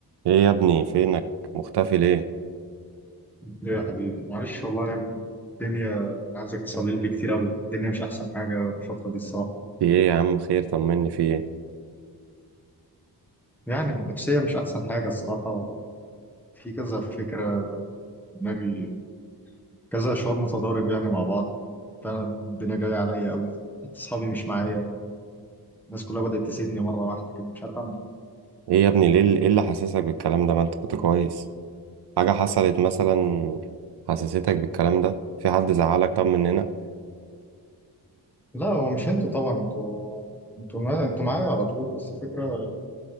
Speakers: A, on the right (about 75°); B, in the centre.
A: ايه يا ابني فينك مختفي ليه
B: ليه يا حبيبي معلش والله يا ابني الدنيا انا عايزك تصلي لي كتير قوي الدنيا مش احسن حاجه الفتره دي الصراحه
A: في ايه يا عم خير طمني في ايه
B: يعني النفسيه مش احسن حاجه الصراحه في كذا فكره في دماغي كذا شعور متضارب يعني مع بعض فعلا الدنيا جايه عليا قوي حتى اصحابي مش معايا الناس كلها بدات تسيبني مره واحده كده مش عارف اعمل إيه.
A: ايه يا ابني ليه اللي- ايه اللي حاسسك بالكلام ده ما انت كنت كويس حاجة حصلت مثلا حسستك بالكلام ده في حد زعلك طب مننا
B: لا هو مش انتوا طبعا انتوا انتوا ما- انتوا معايا على طول بس الفكره